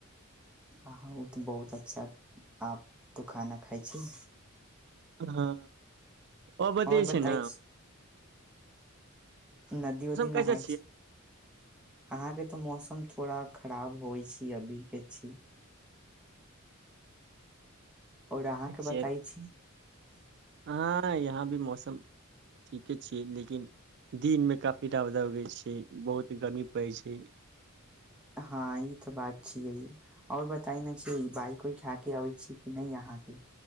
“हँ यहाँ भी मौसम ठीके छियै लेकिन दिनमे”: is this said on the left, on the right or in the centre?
Right